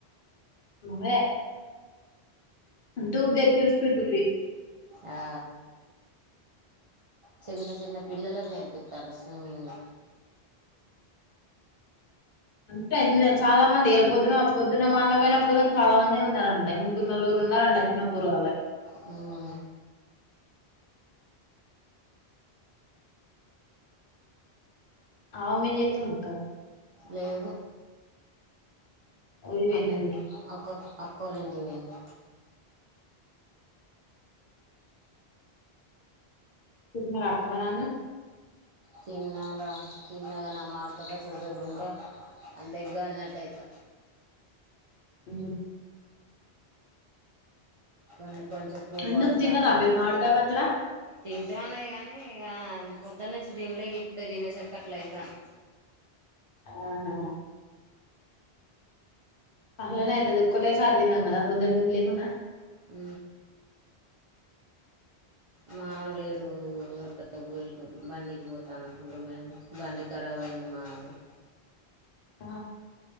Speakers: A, on the left; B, on the right.
A: వే టూప్ పేటి ఏడిచిపెటర్రు
B: ఆ చిన్న చిన్న పిల్లలకు నేర్పిస్తారు స్విమ్మింగ్
A: టాయ్ చాలా మంది ఏళ్ళ పొద్దున పొద్దున మాన్న పోయినప్పుడు కాని చాలా మంది ఉన్నారు రంటేనే ముగ్గురు నలుగురు ఉన్నారండి చిన్న పోరగాళ్లు
B: ఉ
A: అమ్మమ్మ ఏం జెస్తుంది అక్క
B: లేదు
A: ఊరు పోయిందా
B: అక్ అక్క అక్క వాళ్ళ ఇంటికి పోయింది
A: తిన్నారా అక్క మరి అన్నం
B: తిన్నార తిన్నగా మా మామిడికాయ పచ్చడి తో తిను ఉంటే అంత ఎగ్గాలినట్టయితే
A: అ
B: కొన్ని కొంచెం కూల్
A: ఎందుకు
B: వాటర్
A: తిన్నారా
B: తాగిన
A: మీరు మామిడికాయ పచ్చడా
B: తింటాలే కానీ ఇక పొద్దున్నంచి తినలేకి ఇప్పుడే తినేసరి ఆట్లే అయితది <inaudible>
A: ఆహా అట్లనే అయితది ఒక్కసారే తిన్నాను కదా పొద్దున్నుంచి లేకున్నా
B: ఉ మామలేడు పోయ బండికి పోతాను అనుకుంటూ పో బండి ఖరాబ్ అయింది మాది
A: ఆ